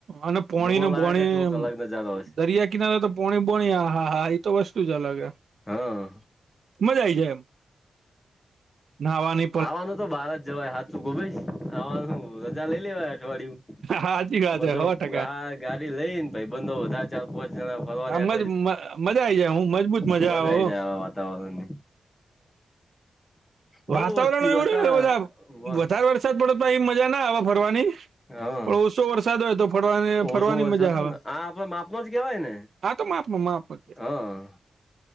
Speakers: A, on the right; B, on the left.
A: અને પોણીને
B: જોવા લાયક
A: બોણી,
B: જ ચોક અલગ નજારો હશે
A: દરિયા કિનારે તો પોણી પણ હા હા ઈ તો વસ્તુ જ અલગ હે.
B: હા
A: મજા આ આવી જાય એમ નહાવાની
B: આવાનું તો બાર જ જવાય હાચું ગોભેશ, આવાનું તો રજા લઈ લેવાય અઠવાડિયું.
A: હાચી વાત
B: પણ
A: હે
B: જો
A: હો ટકા
B: આ ગાડી લઈને ભઈબંધો વધાર ચાર પાંચ જણા ફરવાની
A: આ
B: <unintelligible>
A: મજ મજા આઈ જાય હું મજબૂત
B: મજા
A: આવે
B: આઈ
A: હો
B: જાય આવા વાતાવરણની. બહુ
A: વાતાવરણ
B: વસ્તી
A: એવું
B: બતા
A: રહેને બધા
B: વાહ
A: વધારે વરસાદ પડે તો પહીં મજા ના આવે ફરવાની.
B: હા.
A: ો વરસાદ હોય તો ફરવા
B: ઓછો
A: ફરવાની
B: વરસાદ
A: મજા
B: હોય
A: આવે.
B: ને આ આપડે માપનો જ કેવાય ને
A: હા તો માપ માં માપ માં
B: હા